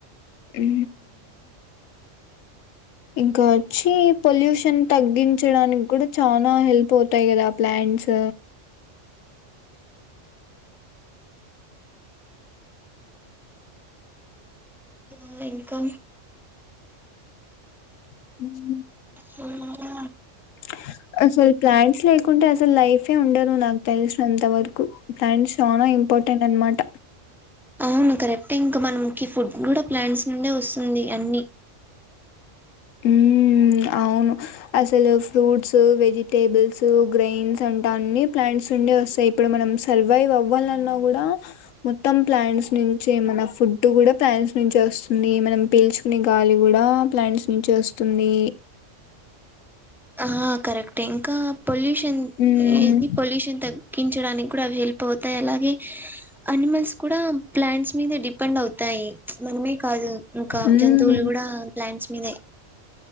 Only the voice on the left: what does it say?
ఊ ఇంకా వచ్చి పొల్యూషన్ తగ్గించడానికి కూడా చానా హెల్ప్ అవుతాయి కదా ప్లాంట్స్
<unintelligible>
<unintelligible> అసలు ప్లాంట్స్ లేకుంటే అసలు లైఫే ఉండదు నాకు తెలిసినంత వరకు ప్లాంట్స్ చాలా ఇంపా టెంట్ అన్ మాట
ఉ అవును అసలు ఫ్రూట్స్ వెజిటేబుల్స్ గ్రెయిన్స్ అంటా అన్ని ప్లాంట్స్ నుండే వస్తాయి ఇప్పుడు మనం సర్వైవ్ అవ్వాలన్నా కూడా మొత్తం ప్లాంట్స్ నుంచి మన ఫుడ్ ఫుడ్డు కూడా ప్లాంట్స్ నుంచి వస్తుంది మనం పీల్చుకునే గాలి కూడా ప్లాంట్స్ నుంచే వస్తుంది
హ్మ్
హ్మ్